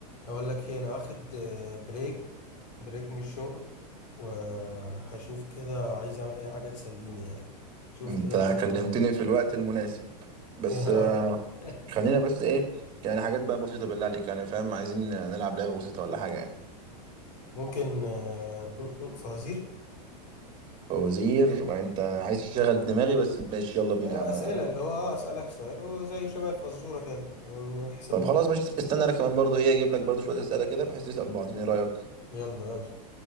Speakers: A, on the left (about 75°); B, on the right (about 25°).
A: اقول لك ايه انا واخد آه، بريك بريك من الشغل وهشوف كده عايز اعمل اي حاجه تسليني يعني شوف
B: انت
A: كده ممكن
B: كلمتني
A: نعمل
B: في الوقت المناسب بس
A: إيه. يا
B: آه،
A: راجل <laughs>
B: خلينا بس ايه يعني حاجات بقى بسيطة بالله عليك يعني فاهم عايزين نلعب لعبة بسيطة ولا حاجة يعني
A: ممكن آه، م- م- فوازير
B: فوزير ما انت عايز تشغل دماغي بس ماشي يلا بينا
A: آه،
B: يا عم
A: اسئله
B: أنا-
A: اللي هو اه اسالك سؤال وزي شبه الفزوره كده و- ونحسب
B: طب
A: نقط
B: خلاص ماشي استنى انا كمان برضو ايه اجيب لك برضو شوية أسئلة كده بحيث نسأل بعضين ايه رأيك
A: يلا يلا